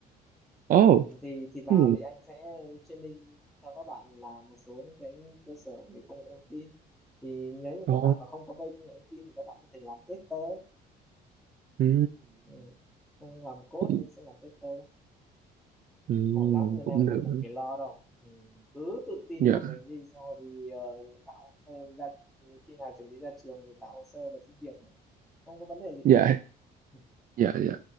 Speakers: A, on the right; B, in the centre.
A: ồ
B: ừ, thì thì vào
A: ừ
B: thì anh sẽ training cho các bạn làm một số những cái cơ sở về công nghệ thông tin thì nếu như
A: ồ
B: các bạn mà không có bay công nghệ thông tin thì các bạn có thể làm tester
A: ừ
B: ừ. không làm code
A: cũng
B: nhưng sẽ làm tester
A: ừ
B: ổn lắm nên
A: cũng
B: em
A: được
B: không cần phải lo đâu mình cứ tự tin
A: dạ
B: vào mình đi xong rồi thì ờ, tạo hồ sơ ra khi nào chuẩn bị ra trường thì tạo hồ sơ và xin việc thôi không có vấn đề gì
A: dạ
B: cả <laughs>
A: dạ dạ